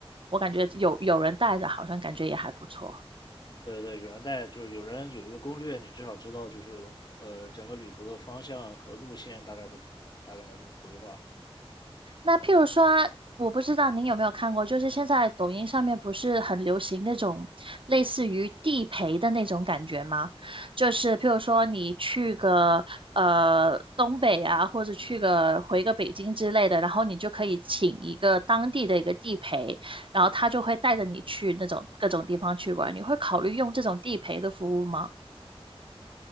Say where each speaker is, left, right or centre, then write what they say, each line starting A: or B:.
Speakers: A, on the right; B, on the left.
A: 我感觉有有人带着，好像感觉也还不错。
B: 对对，对，有人带，就是有人有一个攻略，你至少知道就是呃整个旅途的方向和路线大概会怎么，大概能怎么规划。
A: 那譬如说啊，我不知道您有没有看过，就是现在抖音上面不是很流行那种类似于地陪的那种感觉吗？就是譬如说你去个呃东北啊，或者去个回个北京之类的，然后你就可以请一个当地的一个地陪，然后他就会带着你去那种各种地方去玩。你会考虑用这种地陪的服务吗？